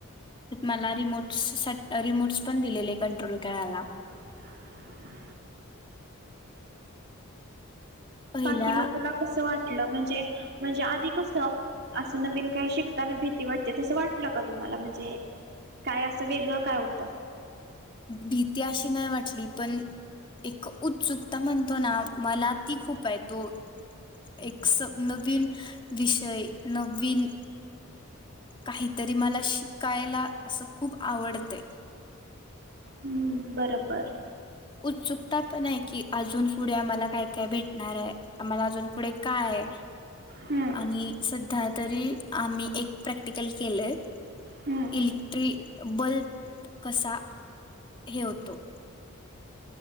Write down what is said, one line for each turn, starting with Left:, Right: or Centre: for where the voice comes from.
Left: मला रिमोट् रिमोट्स पण दिलेले कंट्रोल करायला.
Right: <unintelligible>
Left: पहिला
Right: बाकी मग तुला कस वाटलं म्हणजे म्हणजे आधी कस असं नवीन काही शिकताना भीती ते वाटते तसं वाटलं का तुम्हाला म्हणजे काय असं वेगळं काय होतं.
Left: भीती अशी नाही वाटली पण एक उत्सुकता म्हणतो ना मला ती खूप आहे तो एक स नवीन विषय नवीन काहीतरी मला शिकायला असं खूप आवडतें.
Right: हम्म बरोबर
Left: उत्सुकता पण आहे की अजून पुढे आम्हाला काय काय भेटणार आहे आम्हाला अजून पुढे कायय
Right: हम्म
Left: आणि सध्या तरी आम्ही एक प्रॅक्टिकल केलंय.
Right: हम्म
Left: इलेक्ट्रिक बल्ब कसा हे होतो.